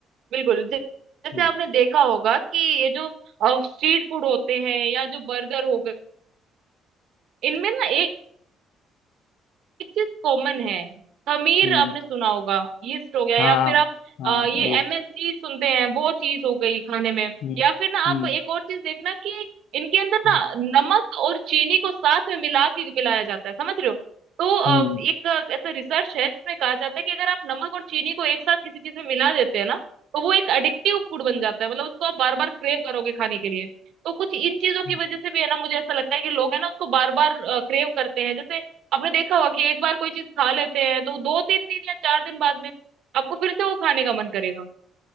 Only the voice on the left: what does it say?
हम्म
हम्म,
हम्म,
हाँ
हाँ
ये
हम्म
हम्म
हम्म
हम्म
हम्म,